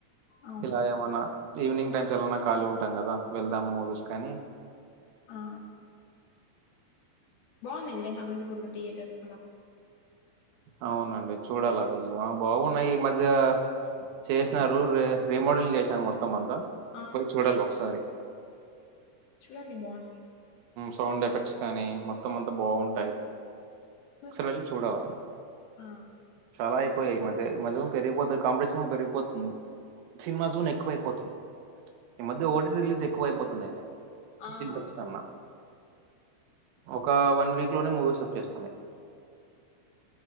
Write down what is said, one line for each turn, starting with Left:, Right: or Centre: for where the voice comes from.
Left: అవును
Right: ఇలా ఏమన్నా, ఈవినింగ్ టైమ్స్ ఎలాన్నా ఖాళీ ఉంటాం కదా, వెళ్దాం మూవీస్ కానీ
Left: ఆ బాగున్నాయా ఇడా హమంతపూర్లో, థియేటర్స్ కూడా
Right: అవునండి చూడాలా వెళ్ళు బాగున్నాయి. ఈ మధ్య చేసినారు రి రీమోడలింగ్ చేసినారు మొత్తం, మొత్తం అంతా
Left: ఆ
Right: పోయి చూడాలి ఒకసారి,
Left: చూడండి బాగుంటాయి.
Right: సౌండ్ ఎఫెక్ట్స్ కానీ మొత్తం మొత్తం అంతా బాగుంటాయి,
Left: చూ
Right: ఒకసారి
Left: చూ
Right: వెళ్ళి చూడవా
Left: ఆ
Right: చాలా అయిపోయాయి మధ్య మధ్యం పెరిగిపోతుంది కాంపిస్ మొత్తం పెరిగిపోతుంది. సినిమా జున్ ఎక్కువైపోతుంది. ఈ మధ్య ఓటీ రిలీజ్ ఎక్కు ఎక్కువైపోతున్నాయి, గాథెటర్
Left: ఆ అవును
Right: కన్నా ఒక వన్ వీక్ లో మూవీస్ వచ్చేస్తున్నాయి.